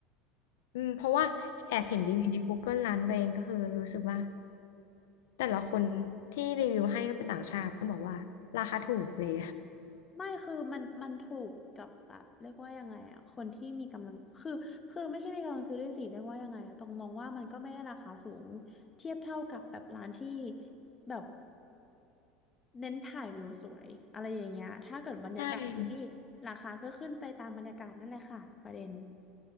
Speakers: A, on the left; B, on the left.
A: อืมเพราะว่าแอบเห็นรีวิวใน Google ร้านตัวเองก็คือรู้สึกว่าแต่ละคนที่รีวิวให้ก็เป็นต่างชาติต้องบอกว่าราคาถูกเลย
B: ไม่คือมันมันถูกกับแบบเรียกว่ายังไงอะคนที่มีกำลังคือคือไม่ใช่มีกำลังซื้อด้วยสิเรียกว่ายังไงอะต้องมองว่ามันก็ไม่ได้ราคาสูงเทียบเท่ากับแบบร้านที่แบบเน้นถ่ายวิวสวยอะไรอย่างเงี้ยถ้าเกิดบรรยากาศดี
A: ใช่
B: ราคาก็ขึ้นไปตามบรรยากาศนั่นแหละค่ะประเด็น